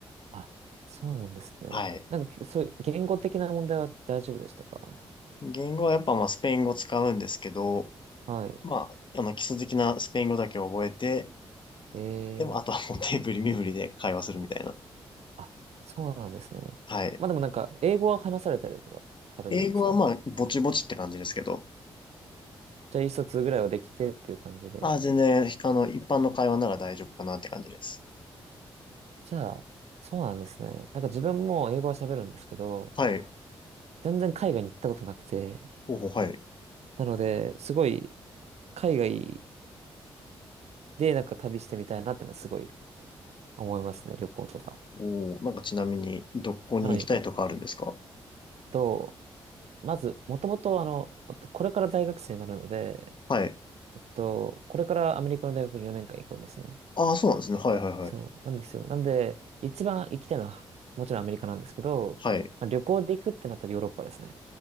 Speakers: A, on the right; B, on the left.
A: あ、そうなんですね。
B: はい。
A: なんか、そういう言語的な問題は大丈夫でしたか
B: 言語はやっぱまあスペイン語使うんですけど、
A: はい。
B: まあ、あの基礎的なスペイン語だけ覚えて、
A: ええ
B: でもあとはもう手振り身振りで会話するみたいな。
A: あ、そうなんですね。
B: はい。
A: まあでもなんか、英語は話されたりとかされるんですか
B: 英語はまあ、ぼちぼちって感じですけど。
A: じゃあ、意思疎通ぐらいはできてっていう感じで。
B: ああ、全然、あの、一般の会話なら大丈夫かなって感じです。
A: じゃあ、そうなんですね。なんか自分も英語は喋るんですけど、
B: はい。
A: 全然海外に行ったことなくて、
B: 候補、はい。
A: なので、すごい海外でなんか旅してみたいなってのはすごい思いますね、旅行とか。
B: おー、なんかちなみに、どこに行きたいとかあるんですか
A: はい。と。まず、もともと、あの、これから大学生になるので、
B: はい。
A: えっと、これからアメリカの大学に4年間行くんですね。
B: ああ、そうなんですね。はいはいはい。
A: そう、なんですよ。なんで、一番行きたいのは、もちろんアメリカなんですけど、
B: はい。
A: まあ、旅行で行くってなったらヨーロッパですね。